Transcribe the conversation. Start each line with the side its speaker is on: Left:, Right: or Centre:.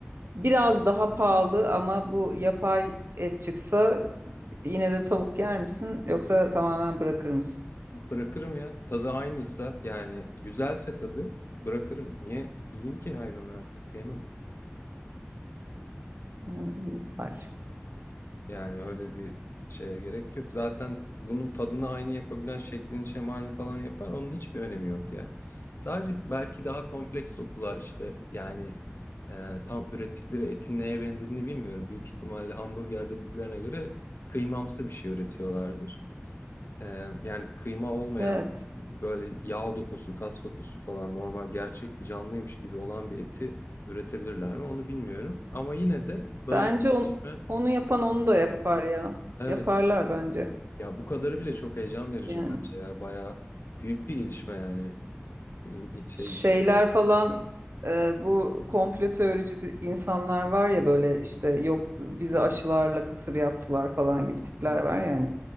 Right: Biraz daha pahalı ama bu yapay et çıksa Yine de tavuk yer misin yoksa tamamen bırakır mısın?
Left: Bırakırım ya. Tadı aynıysa yani güzelse tadı bırakırım. Niye yiyeyim ki hayvanı artık yemem.
Right: Ha, iyi var.
Left: Yani öyle bir şeye gerek yok. Zaten bunun tadını aynı yapabilen şeklini şemalini falan yapar. Onun hiçbir önemi yok ya. Sadece belki daha kompleks dokular işte yani e, tam ürettikleri etin neye benzediğini bilmiyorum. Büyük ihtimalle hamburger dediklerine göre kıymamsı bir şey üretiyorlardır. Ee, yani kıyma olmayan
Right: Evet.
Left: böyle yağ dokusu, kas dokusu falan normal gerçek bir canlıymış gibi olan bir eti üretebilirler mi onu bilmiyorum. Ama yine de böyle
Right: Bence
Left: bir
Right: on-
Left: gelişme
Right: onu yapan onu da yapar ya.
Left: evet
Right: Yaparlar bence.
Left: ya bu kadarı bile çok heyecan verici
Right: Yani.
Left: bence ya bayağı büyük bir gelişme yani İn- in- şey
Right: Şeyler
Left: için.
Right: falan e, bu komplo teorici insanlar var ya böyle işte yok bizi aşılarla kısır yaptılar falan gibi tipler
Left: Hı hı.
Right: var yani